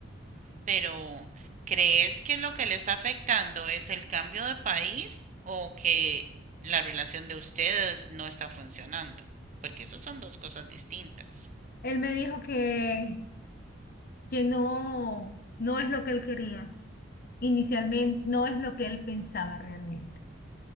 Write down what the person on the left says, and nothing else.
Él me dijo que, que no, no es lo que él quería. Inicialmente no es lo que él pensaba realmente